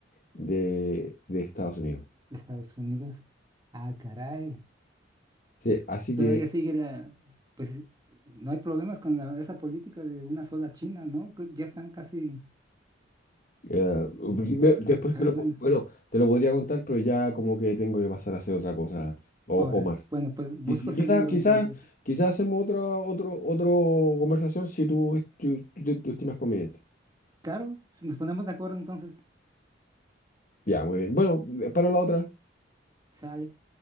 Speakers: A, on the left; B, on the right.
A: de, de Estados Unidos.
B: Estados Unidos. Ah, caray.
A: Sí, así que
B: Todavía sigue la... Pues no hay problemas con la- esa política de una sola China, ¿no? Que Ya están casi...
A: eh,
B: eh,
A: ve- después
B: jalan,
A: te lo, po- bueno, te lo podría contar, pero ya como que tengo que pasar a hacer otra cosa,
B: ¿no?
A: o,
B: Ahora,
A: Omar.
B: bueno, pues busco
A: Y si-
B: ese
A: Quizás
B: libro
A: quizás
B: entonces.
A: quizás hacemos otra otro, otro conversación si tú, tú, tú- tú estimas conveniente.
B: Claro, si nos ponemos de acuerdo entonces,
A: Ya, muy bien. Bueno, eh, para la otra.
B: sale.